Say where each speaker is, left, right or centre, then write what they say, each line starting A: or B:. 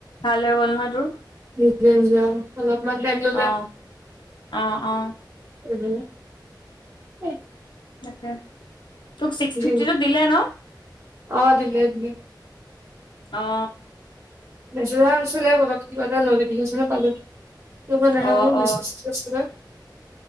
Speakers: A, on the left (about 80°); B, on the right (about 30°).
A: ভাল হৈ গ'ল নহয় তোৰ?
B: <unintelligible> যাওঁ অলপমান টাইম ললে
A: অ
B: আও
A: অ অ
B: <unintelligible>
A: তাকে। তোক ছিক্স ফিফটিটো
B: জি
A: দিলে ন?
B: অ', দিলে দিলে।
A: অ'।
B: মেছেজ অহা নাছিলে পতককে কিবা এটা নটিফিকেচন হে পালোঁ। কিয় বা নাহে
A: অ
B: মোৰ মেছেজ
A: অ
B: চেছেজ বিলাক।